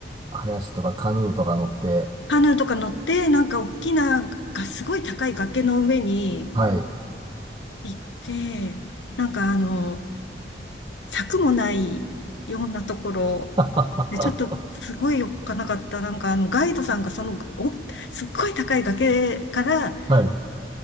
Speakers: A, on the right (about 25°); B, on the left (about 80°).
A: 林とかカヌーとか乗って、
B: カヌーとか乗って、なんか大きな、がすごい高い崖の上に
A: はい。
B: 行って、なんかあの、柵もないようなところ、
A: <laughs>
B: で、ちょっとすごいおっかなかった。なんかあの、ガイドさんがその、お、すっごい高い崖から
A: はい。